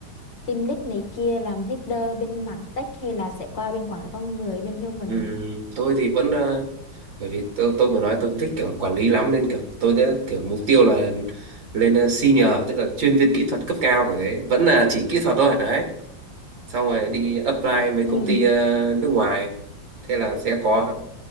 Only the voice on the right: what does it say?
ừm, tôi thì vẫn ờ, bởi vì tôi tôi vừa nói tôi không thích kiểu quản lý lắm nên kiểu tôi đã kiểu mục tiêu là lên ờ, senior tức là chuyên viên kỹ thuật cấp cao cái thế vẫn là chỉ kỹ thuật thôi đấy xong rồi đi apply mấy
công ty ờ, nước ngoài thế là sẽ có